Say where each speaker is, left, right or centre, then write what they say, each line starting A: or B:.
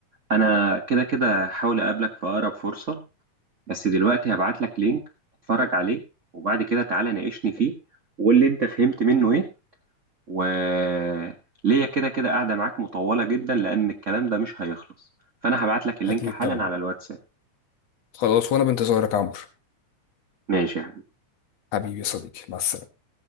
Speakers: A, on the right (about 60°); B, on the left (about 65°).
A: انا كده كده هحاول اقابلك في اقرب فرصه بس دلوقتي هبعت لك لينك اتفرج عليه وبعد كده تعالى ناقشني فيه واللي انت فهمت منه ايه وليا كده كده قاعدة معاك مطولة جدا لأن الكلام ده مش هيخلص فأنا هبعت لك اللينك
B: اكيد
A: حالا
B: طبعا
A: على الواتساب
B: خلاص وانا بانتظارك يا عمرو
A: ماشي يا
B: حبيبي يا صديقي مع السلامه